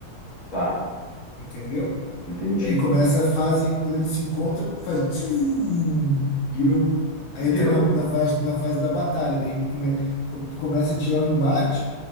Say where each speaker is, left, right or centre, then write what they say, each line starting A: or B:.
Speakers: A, on the left; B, on the left.
A: Tá.
B: Entendeu?
A: Entendi.
B: Daí começa a fase, quando eles se encontram, faz. tchum, Viram. Aí
A: Virou.
B: entra na, na fase, na fase da batalha. Daí come, co- começa a tirar o embate.